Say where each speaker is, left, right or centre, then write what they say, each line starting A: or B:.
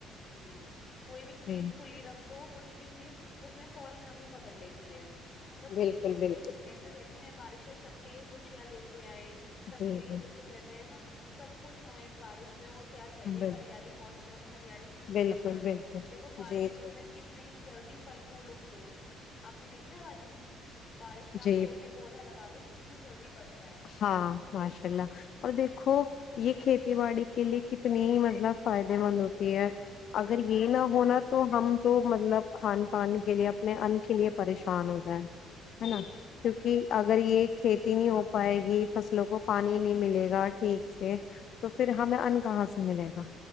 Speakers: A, on the left; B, on the left.
A: جی کوئی بھی چیز
B: جی
A: کھلی رکھ دو کچھ بھی چیز اس میں فورا نمی پکڑ لیتی ہے اب بس
B: بالکل
A: یہی ہے کہ
B: بالکل
A: میں تو کہتی ہوں یہ بارش ہے سب کے لیے خوشیاں لے کے آئے سب
B: جی
A: کے لیے
B: جی
A: جسے کہتے ہیں نا سب خوش ہوں اس بارش میں اور کیا چاہیے
B: بال
A: ہریالی موسم ہریالی چیزیں
B: بالکل
A: دیکھ کر
B: بالکل
A: دیکھوں بارش
B: جی
A: کے
B: جی
A: اندر کتنے جلدی پھل پھول اگتے ہیں آپ نے دیکھا ہے باجی بارش میں
B: جی
A: آپ کوئی بھی پودا لگا دو کتنی جلدی بڑتا ہے
B: ہاں ماشاء اللہ اور دیکھو یہ کھیتی باڑی کے لیے کتنی مطلب فائدے مند ہوتی ہے اگر یہ نہ ہونا تو تو ہم تو مطلب کھان پان کے لیے اپنے ان کے لیے پریشان ہو جائےیں ہے
A: جی
B: نا
A: باجی
B: کیونکہ
A: جی
B: اگر یہ کھیتی نہیں ہو پائے گی فصلوں کو پانی نہیں ملے گا ٹھیک سے تو پھر ہمیں ان کہاں سے ملے گا